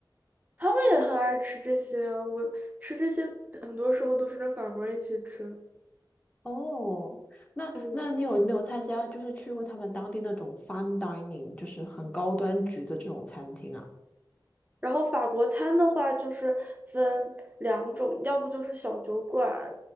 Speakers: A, on the right; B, on the left.
A: 他们也很爱吃这些啊。我吃这些很多时候都是跟法国人一起吃，
B: 哦，那那你有没有参加，
A: 嗯，
B: 就是去过他们当地那种 fine dining，就是很高端局的这种餐厅啊？
A: 然后法国餐的话，就是分两种，要不就是小酒馆，